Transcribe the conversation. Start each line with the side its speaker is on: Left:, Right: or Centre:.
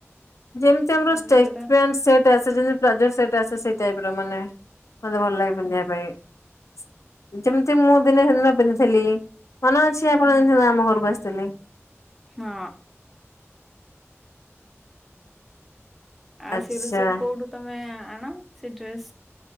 Left: ଜେମିତି ଆମର ଷ୍ଟେଟ
Centre: ମାନେ ଯୋଉଟା
Left: ପ୍ୟାଣ୍ଟ ଆସେ ଯେମିତି ପ୍ଲାଯୋ ଟାଇପ ସେଟ ଆସେ ମାନେ ମତେ ଭଲ ଲାଗେ ପିନ୍ଧିବା
Centre: ହୁଁ
Left: ପାଇଁ ଯେମିତି ମୁଁ ଦିନ ହେ ଦିନ ପିନ୍ଧିଥିଲି। କନ ଅଛି ଆପଣ
Centre: ହଁ
Left: ଯେି ଆମ ଘରକୁ ଆସିଥିଲେ।
Centre: ହଁ। ଆଉ
Left: ଆଚ୍ଛା
Centre: ସେଡ ସବୁ କୋଉଠୁ ତମେ ଆଣ ସେ ଡ୍ରେସ